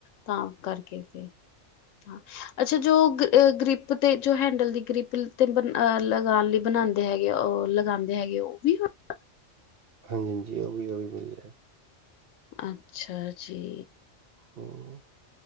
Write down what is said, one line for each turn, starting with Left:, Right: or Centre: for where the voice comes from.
Left: ਤਾਂ ਕਰਕੇ ਫੇਰ ਹਾਂ। ਅੱਛਾ ਜੋ ਗ੍ ਆ ਗਰੀ ਪ ਤੇ ਜੋ ਹੈਂਡਲ ਦੀ ਗ੍ਰਿਪ ਲ ਤੇ ਬਨ ਆਹ ਲਗਾਉਨ ਲਈ ਬਨਾਦੇ ਹੈਗੇ, ਉਹ ਲਗਾਉਂਦੇ ਹੈਗੇ, ਉਹ ਵੀ <unintelligible>
Right: ਹਾਂਜੀ ਹਾਂਜੀ, ਉਹ ਵੀ ਉਹ ਵੀ ਮਿਲਜੇਗਾ।
Left: ਅੱਛਾ ਜੀ।
Right: ਹੂੰ।